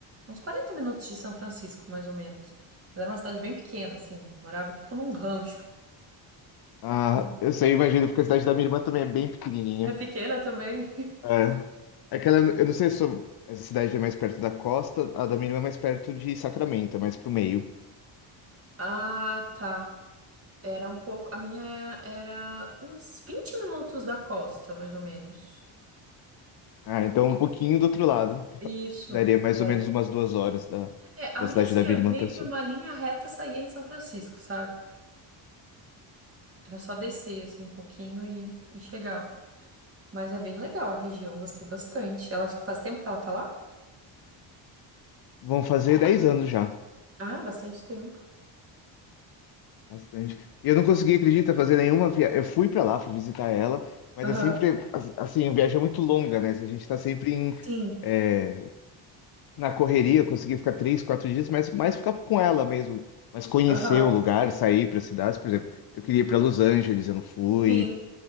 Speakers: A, on the right; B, on the left.
A: uns 40 minutos de São Francisco, mais ou menos. Mas era uma cidade bem pequena, assim, morava tipo num rancho.
B: Ah,
A: E
B: eu sei, imagino, porque a cidade da minha irmã também é bem pequenininha.
A: É pequena também?
B: É. Aquela, eu não sei se eu- essa cidade é mais perto da costa, a da minha irmã é mais perto de Sacramento, é mais pro meio.
A: Ah, tá. Era um pouco. A minha era uns 20 minutos da costa, mais ou menos.
B: Ah, então um pouquinho do outro lado.
A: Isso.
B: <laughs> Daria mais
A: É.
B: ou menos umas duas horas da,
A: É, a
B: da
A: minha,
B: cidade
A: assim,
B: da
A: era
B: minha
A: meio
B: irmã até a sua.
A: que uma linha reta saía em São Francisco, sabe? Era só descer, assim, um pouquinho e, e chegava. Mas é bem legal a região, gostei bastante. Ela faz tempo que ela tá lá?
B: Vão fazer 10 anos já.
A: Ah, bastante tempo.
B: Bastante. E eu não consegui, acredita, fazer nenhuma viagem. Eu fui pra lá, fui visitar ela, mas
A: Aham.
B: é sempre, as- assim, a viagem é muito longa, né? A gente tá sempre em,
A: Sim,
B: é, na correria, eu consegui ficar três, quatro dias, mas mais ficar com ela mesmo, mas conhecer
A: aham,
B: o lugar, sair para cidades, por exemplo. Eu queria ir para Los Angeles, eu não fui.
A: sim.